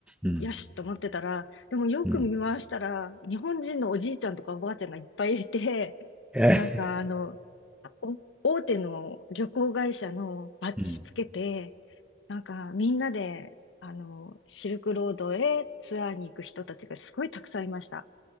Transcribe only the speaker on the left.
よしと思ってたら、でもよく見回したら、
日本人のおじいちゃんとかおばあちゃんがいっぱいいて、
なんかあの、お大手の旅行会社のバッジつけて、
なんかみんなで、あの、シルクロードへツアーに行く人たちがすごいたくさんいました。